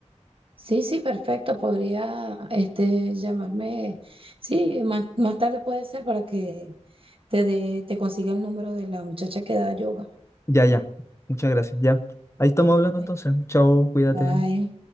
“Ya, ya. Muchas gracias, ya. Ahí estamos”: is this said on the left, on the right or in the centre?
Left